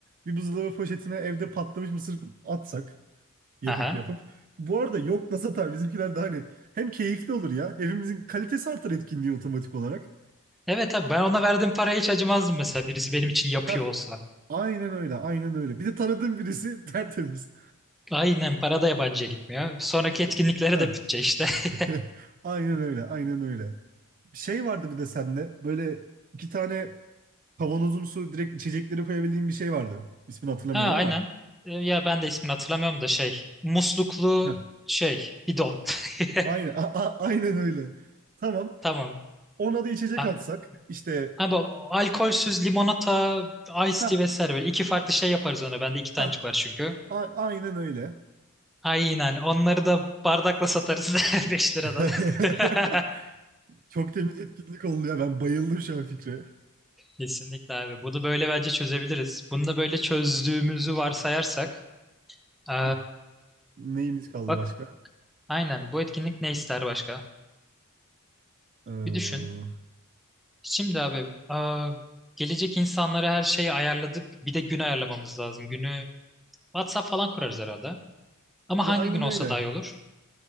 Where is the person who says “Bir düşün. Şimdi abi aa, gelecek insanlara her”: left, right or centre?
Centre